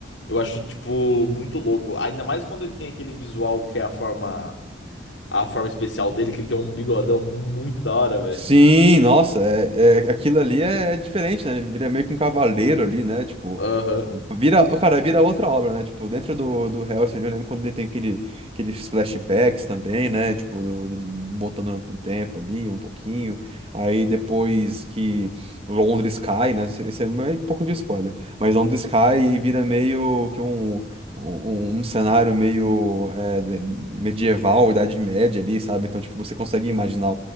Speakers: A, on the left; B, on the right.
A: Eu acho, tipo, muito louco. Ainda mais quando ele tem aquele visual que é a forma, a forma especial dele, que ele tem um bigodão muito da hora, velho.
B: Sim, nossa, é, é- aquilo ali é, é diferente, né? Ele vira meio que um cavaleiro ali, né? Tipo,
A: Aham.
B: vira, ó, cara, vira outra obra, né? Tipo, dentro do, do Hellsing ali, eu lembro quando ele tem aquele, aqueles flashbacks também, né? Tipo, do, do- voltando no tempo ali, um pouquinho. Aí depois que Londres cai, né? Isso isso é meio que um pouco de spoiler. Mas Londres cai e vira meio que um, um, um cenário meio é, medieval, Idade Média ali, sabe? Então, tipo, você consegue imaginar